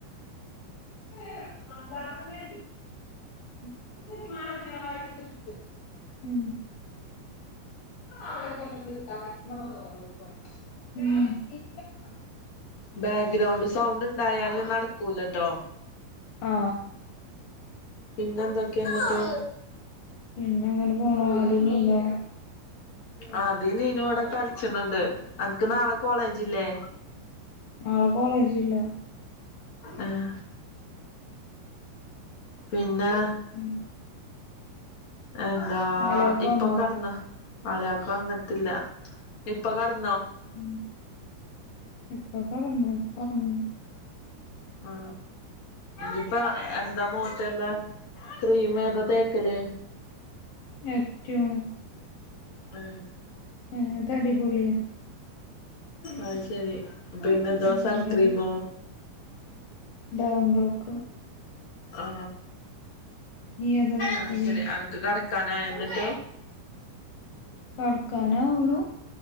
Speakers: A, on the left; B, on the left.
A: <unintelligible> മ് <unintelligible> ആ അവിടെക്കെൻ പ
B: ബാക്ക്ഗ്രൗണ്ട് സൗണ്ട് ഉണ്ടായാലും നടക്കൂലട്ടോ
A: ആ
B: പിന്നെ എന്തൊക്കെയെന്നൊക്കെ
A: പിന്നെ അങ്ങനെ പോണു അതിനല്ലോ
B: ആ അതിന് ഇനോടക്കാല ണ്ട് എനിക്ക് നാളെ കോളേജില്ലേ
A: നളെ കോളേജ ഇില്ല
B: ആഹ് പിന്നെ
A: ഉം
B: എന്താ
A: നാളെയൊക്കെ
B: ഇപ്പൊ
A: വന്നോ
B: കടന്ന് പളിയൊക്കെ വന്നിട്ടില്ല ഇപ്പൊ കടന്ന
A: ഉ ഇപ്പൊ കടന്നു പറഞ്ഞു
B: ആ ഇതിപ്പോ എന്താ മോട്ട എന്താ ക്രീം ഏതാ തേക്കല്
A: എറ്റണ
B: ആ
A: ആ അത അടിപൊളിയ
B: അ ശരി പിന്നെ ദോസ
A: നല്ല
B: ആൻ ക്രീമോ
A: ഡാംഡോക്ക്
B: ആ
A: നീ ഏതാ തേക്കല്
B: ആ ശരി അനക്ക് കട കാനായോ എന്നിട്ട്
A: കടക്കാനാവുണ്